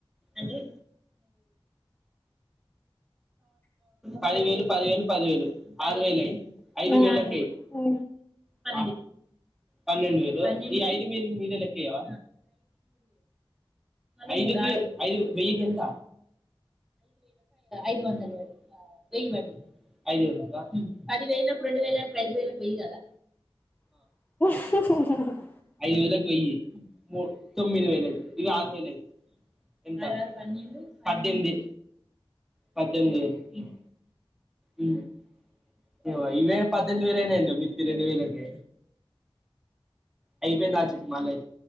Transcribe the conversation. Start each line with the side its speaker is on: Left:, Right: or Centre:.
Centre: ఇవి పదివేలు పదివేలు పదివేలు ఆరు వేలయి ఐదు
Left: ఉ
Centre: వేలకేయ్
Left: ఉ
Centre: ఆ పన్నెండు వేలు ఈ ఐదు మీద లెక్కేయవ ఐదుకి ఐదుకి వెయ్యి కెంత ఐదు వందలు వెయ్యి వడ్డీ మ్ పది వేలకు రెండు వేలు అంటే ఐదు వేలకు వెయ్యి కాదా
Left: <inaudible>
Centre: ఐదు వేలకు వెయ్యి మూ తొమ్మిది వేలు అయితది ఇగ ఆరు వేలు అయితది ఎంత పద్దెనిమిది పద్దెనిమిది వేలు ఉమ్ ఇగో ఇవే పద్దెనిమిది వేలయింది మితికి రెండు వేలకే అయిపోయింద ఆచిట్ మళ్ళ